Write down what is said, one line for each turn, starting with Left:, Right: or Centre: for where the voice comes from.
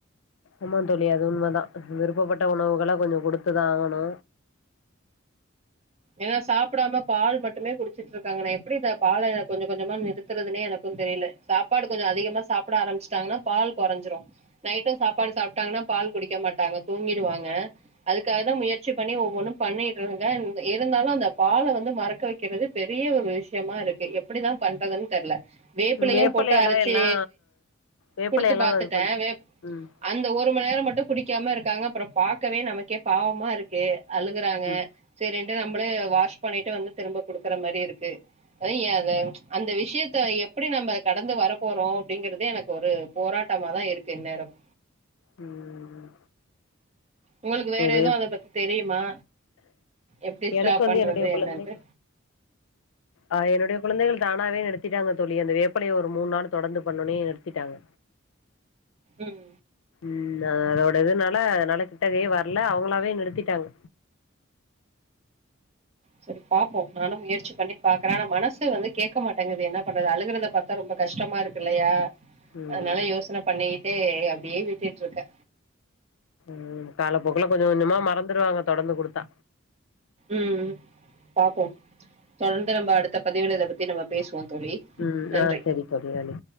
Left: ஆமாந் தோழி அது உண்மைதா விருப்பப்பட்ட உணவுகள கொஞ்சோ குடுத்துதா ஆகணு
Right: ஏனா சாப்பிடாம பால் மட்டுமே குடிச்சிட்டு இருக்காங்க நா எப்டி இந்த பால கொஞ்ச கொஞ்சமா நிறுத்துறதுனே எனக்குந் தெரில சாப்பாடு கொஞ்சோ அதிகமா சாப்பிட ஆரம்பிச்சிட்டாங்கன்னா பால் குறஞ்சிரு நைட்டு சாப்பாடு சாப்ட்டாங்கன்னா பால் குடிக்க மாட்டாங்க தூங்கிருவாங்க அதுக்காகதா முயற்சி பண்ணி ஒவ்வொன்னு பண்ணிட்றாங்க இருந்தாலு அந்த பால வந்து மறக்க வெக்கிறது பெரிய ஒரு விஷ்யமா இருக்கு எப்டிதா பண்றதுன்னு தெர்ல வேப்பிலையு
Left: வேப்பலையெல்லா
Right: போட்டு அரச்சி
Left: எல்லா வேப்பலையெல்லா
Right: குடுத்து பாத்துட்டேன்
Left: இது பண்ட்டு
Right: வேப்
Left: ம்
Right: அந்த ஒரு ம்ம நேரோ மட்டு குடிக்காம இருக்காங்க அப்புறோ பாக்கவே நமக்கே பாவமா இருக்கு அழுகுறாங்க
Left: ம்
Right: சொல்லிண்டு நம்மளே வாஷ் பண்ணிட்டு வந்து திரும்ப குடுக்குற மாரி இருக்கு அய் அ ப்ச் அந்த விஷ்யத்த எப்டி நம்ம கடந்து வர போறோ அப்படிங்கறது எனக்கு ஒரு போராட்டமாதா இருக்கு எந்நேரம்
Left: ம்
Right: உங்களுக்கு வேற
Left: சரி வேப்
Right: எதுவு அத பத்தி தெரியுமா எப்படி ஸ்டாப்
Left: எனக்கு வந்து
Right: பண்றது
Left: என்னுடைய குழந்தை
Right: என்னன்ட்டு?
Left: ஆ என்னுடைய குழ பிள்ளைகள் தானாவே நிருத்திட்டாங்க தோழி அந்த வேப்பலைய ஒரு மூணு நாள் தொடர்ந்து பண்ணொன்னயே நிருத்திட்டாங்க
Right: ம்
Left: ம் அதோட இதுனால அதனால கிட்டவே வர்ல அவுங்களாவே நிறுத்திட்டாங்க
Right: சரி பாப்போ நானு முயற்சி பண்ணி பாக்குறே ஆனா மனசு வந்து கேட்கமாட்டேங்குது என்ன பண்றது அழுகுறத பாத்தா ரொம்ப கஷ்டமாருக்கு இல்லயா
Left: ம்
Right: அதுனால யோசன பண்ணிகி டே அப்டியே விட்டுட்டுருக்க
Left: ம் காலப்போக்குல கொஞ்சோ கொஞ்சமா மறந்துருவாங்க தொடந்து குடுத்தா
Right: ம் பாப்போ தொடந்து நம்ம அடுத்த பதிவுல இத பத்தி நம்ம பேசுவோ தோழி
Left: ம்
Right: நன்றி
Left: ஆ செரி தோழி நன்றி தோழி